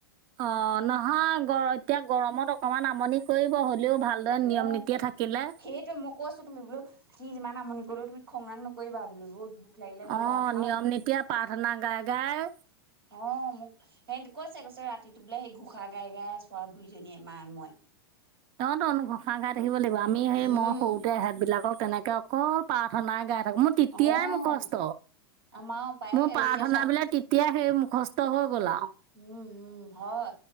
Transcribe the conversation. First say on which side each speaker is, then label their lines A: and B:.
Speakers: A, on the right; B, on the right.
A: অ'। নহয় গ-এতিয়া গৰমত অকমান আমণি কৰিব। হ'লেও ভালদৰে
B: অ'।
A: নিয়ম নীতিয়ে থাকিলে
B: সেইটোৱে মই কৈছোঁ তুমি বোলা সি যিমান আমনি কৰিলেও তুমি খঙাল নকৰিবা বুলো বহুত দুখ লাগিলে বৰ
A: অ'
B: বেয়া কথা
A: নিয়ম
B: হ'ব।
A: নীতিয়া প্ৰাৰ্থনা গাই গাই
B: অ', মোক সে-কৈছে কৈছে ৰাতিটো বোলে সেই ঘোঁষা গাই গাই আছো আৰু দুইজনীয়ে মায়ে মই।
A: অহতো ঘোষা ঘাই থাকিব লাগিব আমি সেই
B: উম,
A: মই সৰুতে এহত বিলাকক তেনেকে অকল প্ৰাৰ্থনাই গাই থাকো। মোৰ তেতিয়াই
B: অ',
A: মোৰ কষ্ট
B: আমাৰো পাই
A: মোৰ প্ৰাৰ্থনা
B: এতিয়া চোৱা
A: বিলাক তেতিয়া হেৰি সেই মুখস্থ হৈ গ'ল আৰু।
B: উম, উম, হ'য়।